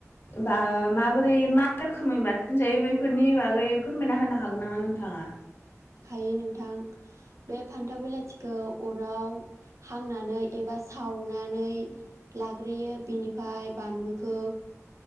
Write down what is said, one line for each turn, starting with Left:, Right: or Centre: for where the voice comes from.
Left: बा माबोरै मा रोखोमै बाथोन जायो बैफोरनि बागै फोरमायना होनो हागोन नामा नोंथाङा
Right: हायो नोंथां बे फान्थाव बिलाथिखौ अराव हांनानै एबा सावनानै लाग्रोयो बिनि फाय बानलु खौ